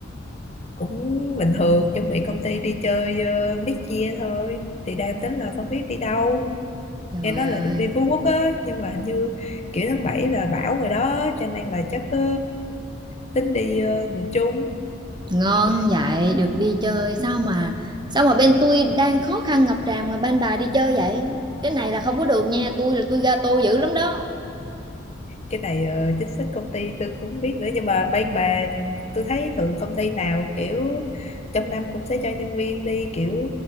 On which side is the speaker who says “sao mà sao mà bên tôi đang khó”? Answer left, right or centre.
Right